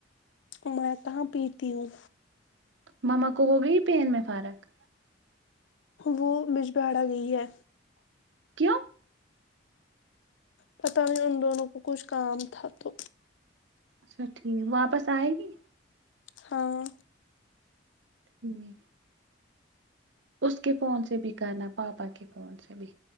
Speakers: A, on the left (about 70°); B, on the right (about 70°).
A: میں کہاں پیتی ہوں
B: ماما کو ہو گئی پین میں فارق
A: وہ بجباڑا گئی ہے
B: کیاوں
A: پتہ نہیں ان دونوں کو کچھ کام تھا تو
B: اچھا ٹھیک بپ واپس آئے گی
A: ہاں
B: ہوں اس کے فون سے بھی کرنا پاپا کے فون سے بھی